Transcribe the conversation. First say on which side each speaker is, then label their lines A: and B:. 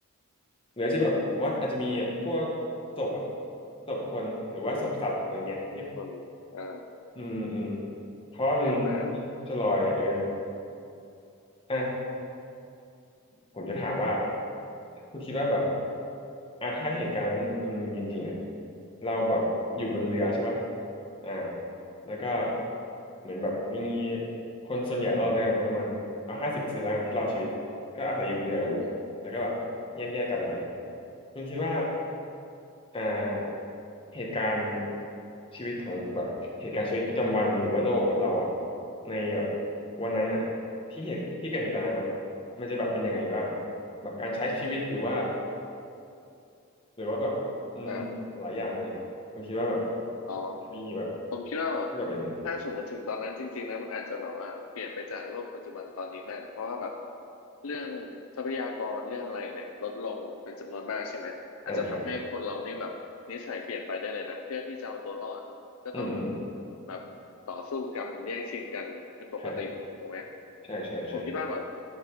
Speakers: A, on the left; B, on the left.
A: หรืออาจจะแบบผมว่าอาจจะมีพวก
B: อืม
A: ศพอะศพคนหรือว่าศพสัตว์อะไรเงี้ยที่
B: คนอ่า
A: อืมอืมเพราะว่ามัน
B: อืดน้ำ
A: มันจะลอยเอออ่ะผมจะถามว่า คุณคิดว่าแบบอ่ะถ้าเหตุการณ์นั้นมันมันมีจริงๆอ่ะเราแบบอยู่บนเรือใช่ปะอ่าแล้วก็เหมือนแบบมีคนส่วนใหญ่รอดแล้วกันประมาณเอาห้าสิบเปอร์เซ็นต์แล้วกันที่รอดชีวิตก็อาศัยอยู่บนเรือกันแล้วก็แบบแยกๆกันไป
B: อืม
A: คุณคิดว่า อ่าเหตุการณ์ชีวิตของแบบเหตุการณ์ชีวิตประจำวันหรือว่าโลกเราอะในแบบวันนั้นอะที่เหตุที่เกิดเหตุการณ์นั้นนะมันจะแบบเป็นยังไงบ้างแบบการใช้ชีวิตหรือว่าหรือว่าแบบอืมหลายอย่างอะไรเงี้ยผมคิดว่าแบบ
B: อ่าอ๋อ
A: มันจะมีแบบ
B: ผมคิดว่าแบบ
A: รูปแบบยังไง
B: ถ้าสมมติถึงตอนนั้นจริงๆนะมันอาจจะแบบว่าเปลี่ยนไปจากโลกปัจจุบันตอนนี้มากเพราะว่าแบบเรื่องทรัพยากรเรื่องอะไรเนี่ยลดลงเป็นจำนวนมากใช่ไหมอาจจะทำให้คนเรานี่แบบนิสัยเปลี่ยนไปได้เลยนะเพื่อที่จะเอาตัวรอดก็ต้อง
A: อ่าครับอืมอืม
B: แบบต่อสู้กันแย่งชิงกันเป็นปกติถูกไหม
A: ครับใช่ใช่ใช่
B: ผมคิดว่าแบบ